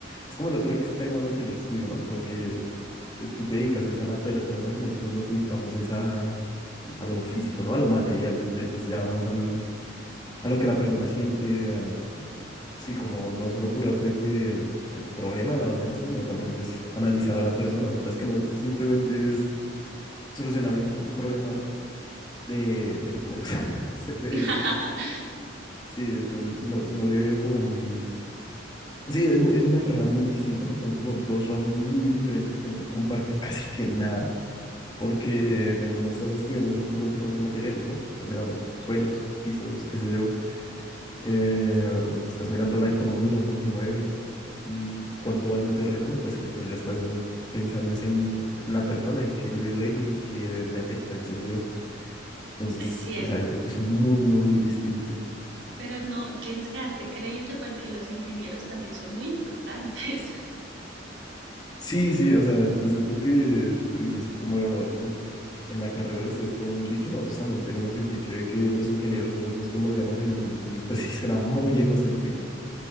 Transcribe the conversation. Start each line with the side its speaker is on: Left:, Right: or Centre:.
Left: es como el otro extremo a lo que yo estudio, ¿no? Porque eh, tú te dedicas es a la persona y nosotros nos dedicamos es a, a lo físico, ¿no? A lo material, tú te dedicas ya más al, a lo que la persona siente, a, sí, como no solo curar desde el, el problema, de la dolencia, sino también pues analizar a la persona, mientras que nosotros simplemente es solucionar un, un problema de, de números, <laughs> se puede
Right: <laughs>
Left: decir. Sí, entonces no, no le veo como muy... Sí, es, es una carrera muy distinta, ¿no? Son como dos ramas muy diferentes que no comparten <laughs> casi que nada, porque en el uno estás estudiando simplemente cosas materiales, ¿no? Estás mirando suelos, pisos, qué sé yo, eh, estás mirando la economía, cómo se mueve, mm, cuánto vale un terreno, mientras que tú ya estás en- pensando es en, en la persona, en qué le duele, en qué le afecta, qué sé yo. Entonces,
Right: es cierto,
Left: pues hay- es un mundo muy distinto.
Right: pero no, tienes que darte crédito porque los ingenieros también son muy importantes.
Left: Sí, sí, o sea, pues es lo que tú dices, como mm, en la carrera de ustedes tienen un dicho, nosotros también tenemos el dicho de que los ingenieros somos los que moldeamos el mundo. Y pues <laughs> sí, suena muy egocéntrico.